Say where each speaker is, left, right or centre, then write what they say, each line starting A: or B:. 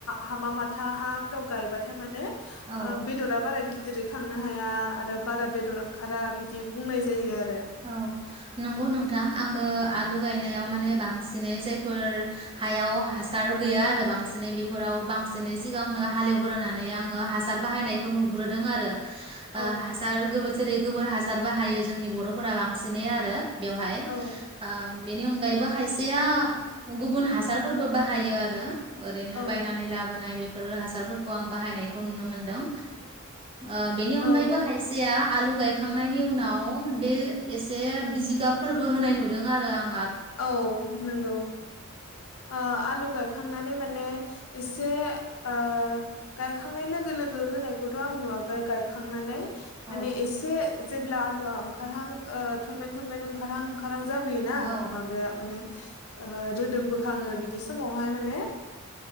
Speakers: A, on the left (about 85°); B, on the right (about 25°).
A: हामा माथा हाफ्राव गायबाथाय माने
B: औ
A: ओ बिदरा बारा गि जेरै थांनो हाया आरो बारा बेदर ओंखारा बिदि बुंनाय जायो आरो
B: औ नंगौ नोंथां आंबो आलु गाय नायाव‌ माने बांसिनै जायफोर हायाव हासार गैया आरो बांसिनै बेफोराव बांसिनै सिगांनो हालेवग्रोनानै आङो हासार बाहायनायखौ नुग्रोदों आरो आ
A: औ
B: हासार गोबो जेरै गोबोर हासार बाहायो जोंनि बर' फोरा बांसिनै आरो बेवहाय ओ
A: औ
B: बेनि अनगायैबो खायसेया गुबुन हासारफोरबो बाहायो आरो ओरैनो
A: औ
B: बायनानै लाबोनाय बेफोर हासा फोरखौ आं बाहायनायखौ नुनो मोनदों ओ बेनि
A: औ
B: अनगारबो खायसेया आलु गायखां खांनायनि उनाव बे एसे जिगाब फोरबो होनाय नुदों आरो आं
A: औ नंगौ ओ आलु गायखांनानै माने एसे ओ गायखांनाय लोगो लोगो होनायखौथ' आं नुवाखै गायखांनानै
B: औ
A: माने एसे जेब्ला आलुआ ओंखारहां ओ थमेन थमेन ओंखारहां ओंखारहां जाब
B: औ
A: माने ओ रोदोम बोखाङो बिदि समावहाय माने